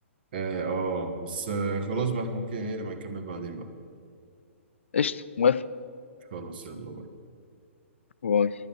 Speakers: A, on the right (about 45°); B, on the left (about 60°).
A: آه آه، بس آه خلاص بقى إحنا ممكن إيه لما نكمل بعدين بقى
B: قشطه موافق
A: خلاص يلا بقى
B: باي